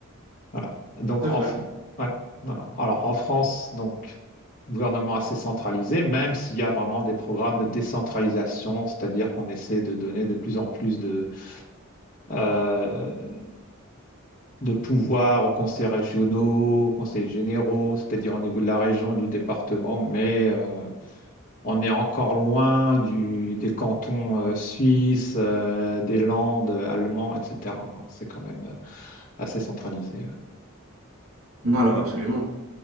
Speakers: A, on the left (about 40°); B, on the right (about 85°).
A: Voilà. Donc
B: C'est
A: en
B: vrai.
A: Fr- ouais, voilà. Alors en France, donc gouvernement assez centralisé, même s'il y a vraiment des programmes de décentralisation, c'est-à-dire qu'on essaie de donner de plus en plus de, euh, de pouvoir aux conseils régionaux, aux conseils généraux, c'est-à-dire au niveau de la région, du département, mais euh, on est encore loin du, des cantons euh, suisses, euh, des Landes, euh, allemands, etc. C'est quand même euh, assez centralisé. ouais.
B: Non, alors, absolument.